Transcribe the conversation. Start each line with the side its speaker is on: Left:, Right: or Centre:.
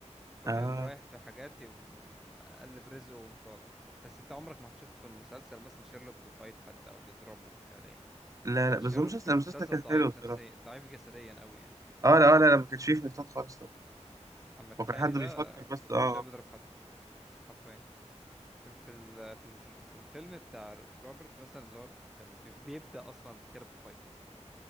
Centre: فبيقوم
Right: اه
Centre: رايح في حاجات يقوم قلب رزقه وقوم طالع بس انت عمرك ما هتشوف في المسلسل مثلا شيرلوك بيفايت حد او بيضربه فعليا
Right: لا
Centre: لان
Right: لا بس
Centre: شيرلوك
Right: هو المسلسل
Centre: في المسلسل
Right: المسلسل كان
Centre: ضعيف
Right: حلو بصراحة
Centre: نفسيا ضعيف جسديا قوي يعني
Right: اه لا آه، لا لا ما كانش فيه فايتات خالص طبعا
Centre: اما التاني
Right: هو كان حد
Centre: ده
Right: بيفكر
Centre: بكل
Right: بس اه
Centre: شويه
Right: اه
Centre: بيضرب حد حرفيا في في ال- في ال- في ال- في الفيلم بتاع روبرت مثلا اللي هو كان بي- بيبدأ اصلا كده بفايت